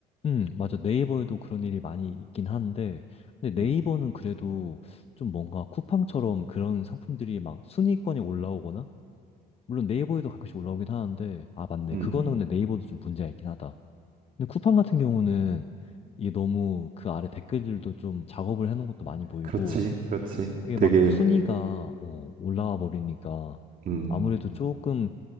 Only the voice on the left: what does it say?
음, 맞아. 네이버에도 그런 일이 많이 있긴 한데, 근데 네이버는
그래도 좀 뭔가 쿠팡처럼 그런 상품들이 막 순위권에 올라오거나, 물론 네이버에도 가끔씩 올라오긴 하는데, 아, 맞네.
그거는 근데 네이버도 좀 문제가 있긴 하다. 근데 쿠팡 같은 경우는 이게 너무 그 아래 댓글들도 좀 작업을 해놓은 것도 많이 보이고,
이게
막 순위가, 어, 올라와 버리니까,
아무래도 조금